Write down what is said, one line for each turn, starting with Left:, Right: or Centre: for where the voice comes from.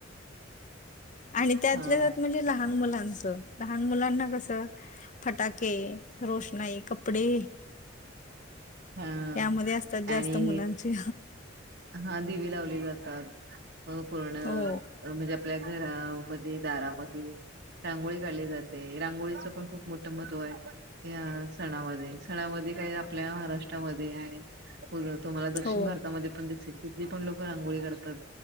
Left: आणि त्यातले
Right: हा
Left: त्यात म्हणजे लहान मुलांच लहान मुलांना कसं फटाके रोषणाई कपडे
Right: हा
Left: यामध्ये असतात जास्त
Right: आणि
Left: मुलांचे
Right: हा दिवे लावली जातात पूर्ण
Left: हो
Right: म्हणजे आपल्या घरामध्ये दारामध्ये रांगोळी काढली जाते, रांगोळीच पण खूप मोठं महत्त्व आहे या सणामध्ये सणामध्ये काय आपल्या महाराष्ट्रामध्ये आणि उ <unintelligible> तुम्हांला दक्षिण
Left: हो
Right: भारतामध्ये पण दिसेल तिथली पण लोकं रांगोळी काढतात.